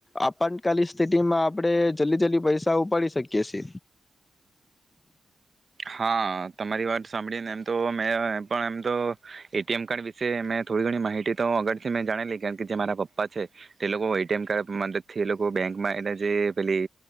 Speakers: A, on the left (about 20°); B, on the right (about 35°).
A: આપાતકાલી સ્થિતિમાં આપડે જલ્દી જલ્દી પૈસાઓ ઉપાડી શકી કેસે
B: હા તમારી વાત સાંભળી ને એમ તો મે પણ એમ તો એ ટી એમ કાર્ડ વિશે મે થોડી ઘણી માહિતી તો અગાળથી મેં જાણેલી કાણ કે જે મારા પપ્પા છે, તે લોકો એ ટી એમ કાર્ડ મદદ થી એ લોકો બેંકમાં એ જે પેલી